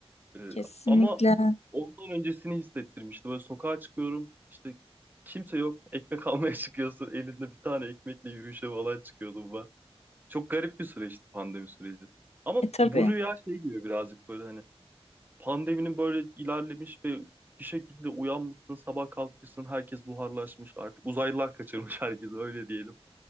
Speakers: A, on the right; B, on the left.
A: Ee,
B: Kesinlikle.
A: ama ondan öncesini hissettirmişti. Böyle sokağa çıkıyorum işte kimse yok ekmek almaya <laughs> çıkıyorsun elinde bir tane ekmekle yürüyüşe falan çıkıyordum ben. Çok garip bir süreçti pandemi süreci. Ama
B: E tabii.
A: bu rüya şey diyor birazcık böyle hani pandeminin böyle ilerlemiş ve bir şekilde uyanmışsın sabah kalkmışsın herkes buharlaşmış artık uzaylılar kaçırmış <laughs> herkesi öyle diyelim